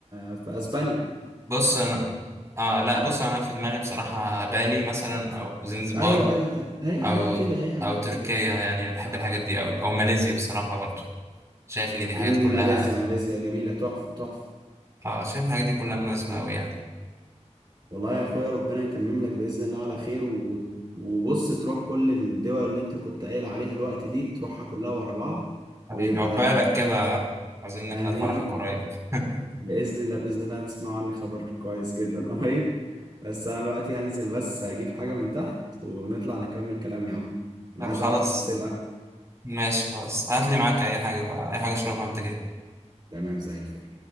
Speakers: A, on the right (about 40°); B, on the right (about 25°).
A: آه، في اسبانيا
B: بص انا اه لا بص انا في دماغي بصراحة بالي مثلا او زنزبار
A: ايوه ايوه هي
B: او
A: حاجات كده هي حاجات
B: او تركيا
A: كده
B: يعني انا بحب الحاجات دي قوي او ماليزيا بصراحة برضو شايف ان دي حاجات
A: امم
B: كلها
A: ماليزيا ماليزيا جميلة تحفة تحفة
B: اه شايف الحاجات دي كلها مناسبة قوي يعني
A: والله يا اخويا ربنا يتمم لك بإذن الله على خير و... وبص تروح كل الدول اللي انت كنت قايل عليها الوقت دي تروحها كلها ورا بعض
B: حبيبي
A: ويبقى
B: عقبالك كده عاوزين نحضر
A: آمين
B: فرحك قريب <laughs>
A: <laughs> بإذن الله بإذن الله تسمع عني خبر كويس جدا <laughs> قريب بس أنا دلوقتي هنزل بس هجيب حاجة من تحت ونطلع نكمل كلام يا عم أنا
B: طب
A: عايز
B: خلاص
A: أعرف تفاصيل أكتر
B: ماشي خلاص هات لي معاك اي حاجة بقى اي حاجة اشربها وانت جاي
A: تمام زي الفل